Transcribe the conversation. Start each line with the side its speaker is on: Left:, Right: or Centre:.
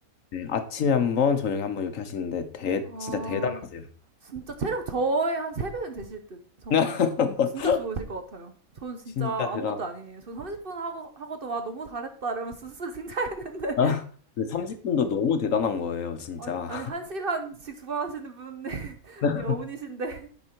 Left: 네, 아침에 한 번, 저녁에 한 번 이렇게 하시는데 대,
Right: 와,
Left: 진짜 대단하세요.
Right: 진짜 체력 저의 한 세 배는 되실 듯. 정말.
Left: <laughs>
Right: 진짜 좋으실 것 같아요. 저는 진짜
Left: 진짜 대단.
Right: 아무것도
Left: <laughs>
Right: 아니에요. 저 30분 하고, 하고도 와, 너무 잘했다. 이러면서 스스로 칭찬했는데.
Left: 아, 30분도 너무 대단한 거예요,
Right: <laughs>
Left: 진짜.
Right: 아니, 아니, 한 시간씩 두 번 하시는 분이
Left: <laughs>
Right: <laughs> 어머니신데.